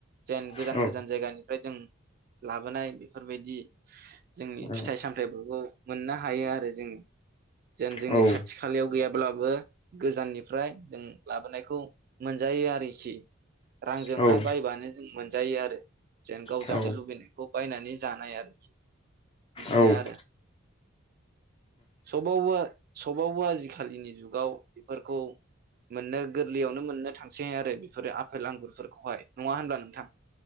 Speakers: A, on the right; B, on the left.
A: जेन
B: उम
A: गोजान गोजान जायगानि ओमफ्राय जों लाबोनाय बेफोरबायदि जोंनि
B: औ
A: फिथाइ सामथाइफोरखौ मोननो हायो आरो जोङो जेन जोंनि
B: औ
A: खाथि खालायाव गैयाब्लाबो गोजाननिफ्राय जों लाबोनायखौ मोनजायो आरोखि रांजोंहाय
B: औ
A: बायबानो जों मोनजायो आरो जेन गाव
B: औ
A: जानो लुबैनायखौ बायनानै जानाय आरोखि बिदिनो
B: औ
A: आरो सबावबो सबावबो आजिखालिनि जुगाव बेफोरखौ मोननो गोरलैयावनो मोननो थांसै आरो बेफोरो आफेल आंगुरफोरखौहाय। नङा होनब्ला नोंथां